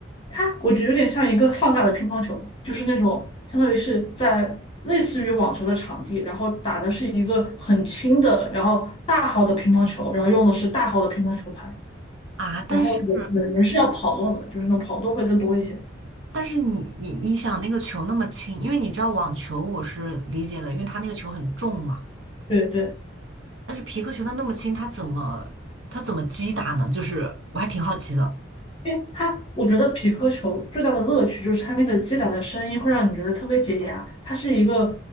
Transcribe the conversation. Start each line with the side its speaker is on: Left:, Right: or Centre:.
Left: 它我觉得有点像一个放大的乒乓球，就是那种相当于是在类似于网球的场地，然后打的是一个很轻的，然后大号的乒乓球，然后用的是大号的乒乓球拍，
Right: 啊？但是，
Left: 然后有有人是要跑动的，就是那种跑动会更多一些。
Right: 但是你你你想那个球那么轻，因为你知道网球我是理解的，因为它那个球很重嘛。
Left: 对对，
Right: 但是皮克球它那么轻，它怎么它怎么击打呢？就是我还挺好奇的。
Left: 因为它，我觉得匹克球最大的乐趣就是它那个击打的声音会让你觉得特别解压。它是一个，